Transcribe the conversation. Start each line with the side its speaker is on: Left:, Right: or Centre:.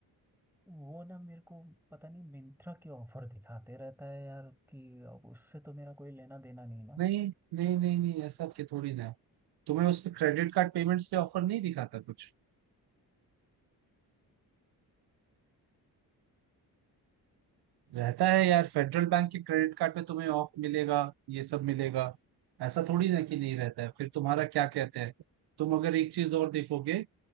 Centre: वो ना मेरे को पता नहीं मिंत्रा के ऑफर दिखाते रहता है यार कि अब उससे तो मेरा कोई लेना देना नहीं ना
Right: नहीं नहीं नहीं नहीं ऐसा के थोड़ी ना है। तुम्हें उस पे क्रेडिट कार्ड पेमेंट्स पे ऑफर नहीं दिखाता कुछ रहता है यार फेडरल बैंक के क्रेडिट कार्ड पे तुम्हें ऑफ मिलेगा ये सब मिलेगा ऐसा थोड़ी ना कि नहीं रहता है फिर तुम्हारा क्या कहते हैं तुम अगर एक चीज और देखोगे